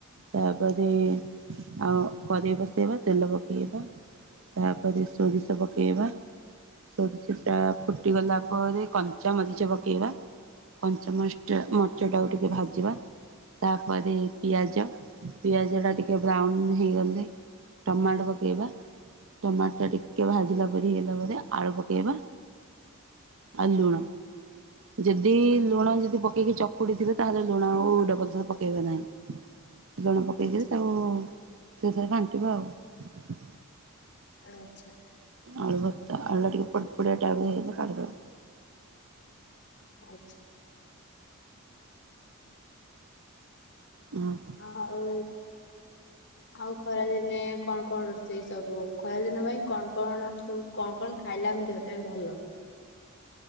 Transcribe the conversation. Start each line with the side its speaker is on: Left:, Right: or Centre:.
Right: ତାପରେ ଆଉ କରେଇ ବସେଇବା ତେଲ ପକାଇବା ତାପରେ ସୋରିଷ ପକାଇବା ସୋରିଷ ଟା ଫୁଟି ଗଲା ପରେ କଞ୍ଚା ମରିଚ ପକେଇବା। କଞ୍ଚା ମରିଚିଟା ମରିଚଟାକୁ ଟିକେ ଭାଜିବା। ତାପରେ ପିଆଜ ପିଆଜ ଟା ଟିକେ ବ୍ରାଉନ ହେଇଗଲେ ଟମାଟ ପକେଇବା ଟମାଟ ଟା ଟିକେ ଭାଜିଲା ପରି ହେଇଲା ପରେ ଆଳୁ ପକେଇବା ଆଉ ଲୁଣ ଯଦି
Left: ହୁଁ
Right: ଲୁଣ ଯଦି ପ କେଇକି ଚକୁଡିଥିବେ ତାହେଲେ ଲୁଣ ଆଉ ଡବଲ୍ ଥର ପକେଇବେ ନାହିଁ। ଲୁଣ ପକେଇକିରି
Left: ଆଚ୍ଛା
Right: ତାକୁ ସେଇଥିରେ ଘାଣ୍ଟିବା ଆଉ।
Left: ଆଚ୍ଛା।
Right: ଅଳୁ ଭର୍ତା ଆଳୁ ଟା ଟିକେ ପୋଡ଼ ପୋଡ଼ିଆ ଟାଇପ ର ହେଇଗଲେ କାଢିଦବା।
Left: ଆଚ୍ଛା।
Right: ହଁ।
Left: ହଁ ହଉ ଆଉ ଖରାଦିନେ କଣ କଣ ରୋଷେଇ ସବୁ ଖରା ଦିନ ପାଇଁ କଣ କଣ ସବୁ କଣ କଣ ଖାଇଲା ଆମ ଦେହ ପାଇଁ ଭଲ।